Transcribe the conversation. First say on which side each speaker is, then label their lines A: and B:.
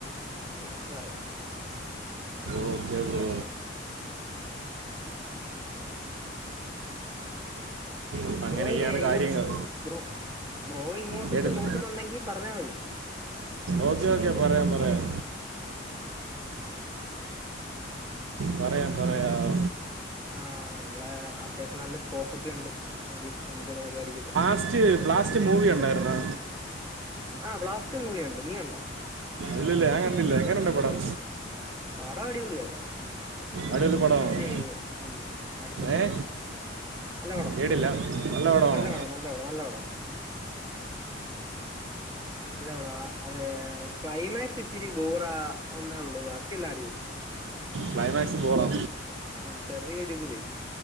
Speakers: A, on the right; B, on the right.
A: <unintelligible> ആവും
B: ഓക്കെ ബ്രോ അപ്പം അങ്ങനെയൊക്കെയാണ്
A: ബ്രോ ഏയ് ഇങ്ങോട്ട്
B: കാര്യങ്ങൾ
A: ബ്രോ ബ്രോ ഇങ്ങോട്ട്ക്ക്
B: കേട്ടില്ല
A: നോക്കുന്നുണ്ടെങ്കി പറഞ്ഞാ മതി
B: ഓക്കെ ഓക്കെ പറയാം പറയാം പറയാം പറയാം
A: ആഹ് ഇവിടെ അത്യാവശ്യം നല്ല സ്കോപ്പൊക്കെ ഉണ്ട് മന്തി മന്തിടെ പരിപാടിക്കൊക്കെ
B: ഫസ്റ്റ് ബ്ലാസ്റ്റ് മൂവി കണ്ടാര്ന്നോ?
A: ആഹ് ബ്ലാസ്റ്റ് മൂവി കണ്ട് നീ കണ്ടോ
B: ഇല്ലല്ലാ ഞാൻ കണ്ടില്ല എങ്ങനെണ്ട് പടം
A: പടം അടിപൊളിയാട്ടോ
B: അടിപൊളി പടമാണ്
A: <unintelligible> ഉം <unintelligible>
B: ഏ
A: നല്ല പടാ
B: കേട്ടില്ല പടമാണോ
A: നല്ല പടാ നല്ല പടാ നല്ലപടാ നല്ല പടവാ അതെ ക്ലൈമാക്സ് ഇച്ചിരി ബോറാ എന്നേ ഉള്ളൂ ബാക്കിയെല്ലാം അടിപൊളിയാ
B: ക്ലൈമാക്സ്‌ ബോറാ
A: ആഹ് ചെറിയൊരിത് വരും